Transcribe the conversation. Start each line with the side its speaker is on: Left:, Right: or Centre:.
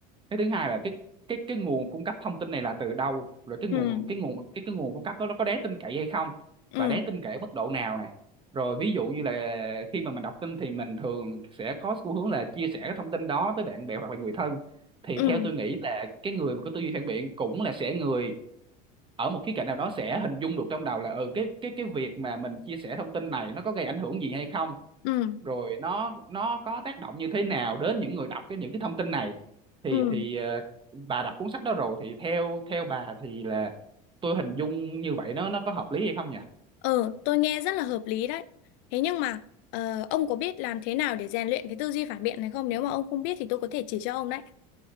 Right: cái thứ hai là cái cái cái nguồn cung cấp thông tin này là từ đâu rồi cái
Left: ừ
Right: nguồn cái nguồn cái cái nguồn cung cấp đó nó có đáng tin cậy hay không
Left: ừ
Right: và đáng tin cậy ở mức độ nào này rồi ví dụ như là khi mà mình đọc tin thì mình thường sẽ có xu hướng là chia sẻ cái thông tin đó với bạn bè hoặc là người thân thì
Left: ừ
Right: theo
Left: ừ
Right: tôi nghĩ là cái người mà có tư duy phản biện cũng là sẽ người ở một khía cạnh nào đó sẽ hình dung được trong đầu là ừ cái cái cái việc mà mình chia sẻ thông tin này nó có gây ảnh hưởng gì hay không
Left: ừ
Right: rồi nó nó có tác động như thế nào đến những người đọc cái những cái thông tin này thì
Left: ừ.
Right: thì ờ, bà đọc cuốn sách đó rồi thì theo theo bà thì là tôi hình dung như vậy nó nó có hợp lý hay không nhỉ
Left: Ờ, tôi nghe rất là hợp lý đấy. Thế nhưng mà ờ, ông có biết làm thế nào để rèn luyện cái tư duy phản biện này không? Nếu mà ông không biết thì tôi có thể chỉ cho ông đấy.